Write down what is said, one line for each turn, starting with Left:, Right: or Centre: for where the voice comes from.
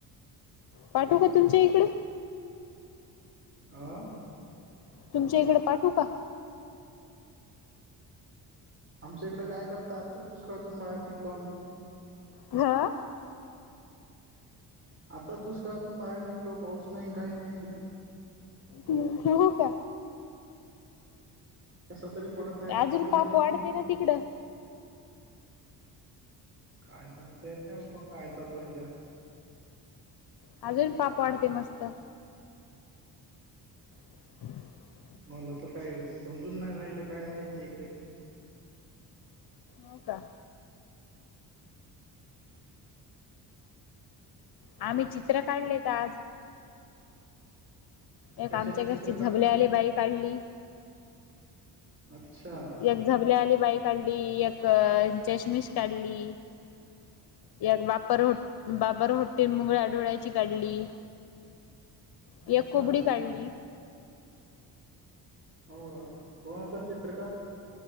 Left: पाठव का तुमच्या इकडं
Right: हं
Left: तुमच्या इकडे पाठवू का
Right: आमच्या इकडे काय करत आत्ता दुष्ळातून बाहेर निघलो आम्ही
Left: घा
Right: आता दुष्काळातून बाहेर निघलो पाऊस नाही काही नाही इकडं
Left: ह हो का
Right: असं तरी पडत आहे तर
Left: आजू
Right: पडू द्या
Left: पाप
Right: मग
Left: वाढते ना तिकडं
Right: काय सांगता येत नाही पप्पा काय चालू आहे ते आता
Left: अजून पाप वाढते मस्त. <unintelligible>
Right: मला तर काय समजून नाही राहिलं काय आहे ते इकडे.
Left: हो का. आम्ही चित्र काढलेत आज. एक
Right: कशाचे
Left: आमच्या घरची
Right: चित्र
Left: झबलेवाली
Right: काढले
Left: बाई काढली.
Right: अच्छा.
Left: एक झबल्यावाली बाई काढली एक चशमिश काढली. या बापर बापर होटेल मुंगळ्या डोळ्याची काढली.
Right: अच्छा
Left: एक कुबडी काढली.
Right: हो अ कोण होता चित्रकार.